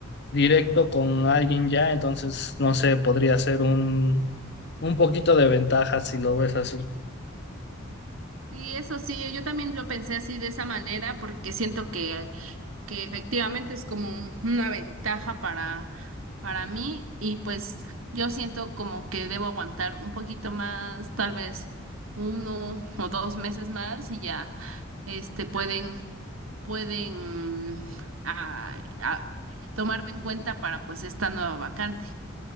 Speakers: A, on the left; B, on the right.
A: directo con alguien ya, entonces no sé, podría ser un un poquito de ventaja si lo ves así.
B: Sí, eso sí, yo también lo pensé así de esa manera porque siento que que efectivamente es como un- una ventaja para, para mí y pues yo siento como que debo aguantar un poquito más, tal vez uno o dos meses más y ya este pueden pueden ah, ah, tomarme en cuenta para pues esta nueva vacante.